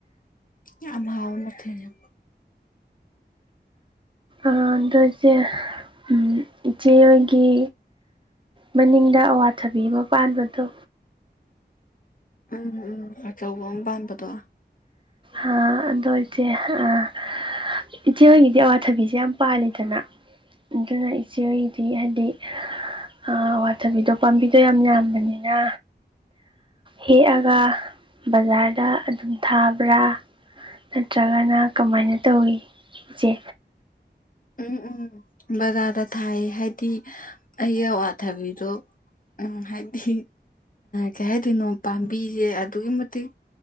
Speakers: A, on the left; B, on the right.
A: ꯌꯥꯝ ꯍꯥꯎꯕ ꯃꯊꯦꯜꯅꯦ
B: ꯑꯗꯣ ꯏꯆꯦ ꯎꯝ ꯏꯆꯦꯍꯣꯏꯒꯤ ꯃꯅꯤꯡꯗ ꯑꯋꯥꯊꯕꯤ ꯑꯃ ꯄꯥꯟꯕꯗꯣ
A: ꯎꯝ ꯎꯝ ꯑꯆꯧꯕ ꯑꯃ ꯄꯥꯟꯕꯗꯣ
B: ꯑꯥ ꯑꯗꯣ ꯏꯆꯦ ꯑꯥ ꯏꯆꯦ ꯍꯣꯏꯒꯤꯗꯤ ꯑꯋꯥꯊꯕꯤꯁꯦ ꯌꯥꯝ ꯄꯥꯜꯂꯤꯗꯅ ꯑꯗꯨꯅ ꯏꯆꯦ ꯍꯣꯒꯤꯗꯤ ꯍꯥꯏꯗꯤ ꯑꯋꯥꯊꯕꯤꯗꯣ ꯄꯥꯝꯕꯤꯗꯣ ꯌꯥꯝ ꯌꯥꯝ ꯕꯅꯤꯅ ꯍꯦꯛꯑꯒ ꯕꯖꯥꯔꯗ ꯑꯗꯨꯝ ꯊꯥꯕ ꯕ꯭ꯔꯥ ꯅꯠꯇ꯭ꯔꯒꯅ ꯀꯃꯥꯏꯅ ꯇꯧꯋꯤ ꯏꯆꯦ
A: ꯎꯝ ꯎꯝ ꯕꯔꯥꯗ ꯊꯥꯏꯌꯦ ꯍꯥꯏꯗꯤ ꯑꯩꯒꯤ ꯑꯋꯥꯊꯕꯤꯗꯣ ꯎꯝ ꯍꯥꯏꯗꯤ ꯀꯩ ꯍꯥꯏꯗꯣꯏꯅꯣ ꯄꯥꯝꯕꯤꯖꯦ ꯑꯗꯨꯛꯀꯤ ꯃꯇꯤꯛ